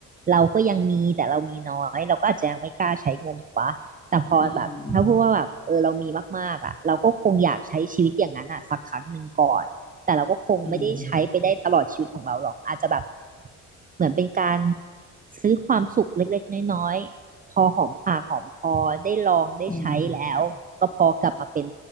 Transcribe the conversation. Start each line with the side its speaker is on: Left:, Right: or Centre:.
Right: เราก็ยังมีแต่เรามีน้อยเราก็อาจจะยังไม่กล้าใช้เงินถูกปะแต่พอแบบถ้าพูดว่าแบบเออเรามีมากๆอะเราก็คงอยากใช้ชีวิตอย่างนั้นอะสักครั้งหนึ่งก่อนแต่เราก็คงไม่ได้ใช้ไปได้ตลอดชีวิตของเราหรอกอาจจะแบบ
Left: อืมอืม
Right: เหมือนเป็นการซื้อความสุขเล็กๆน้อยๆพอหอมปากหอมคอได้ลองได้ใช้แล้วก็พอกลับมาเป็น
Left: อืม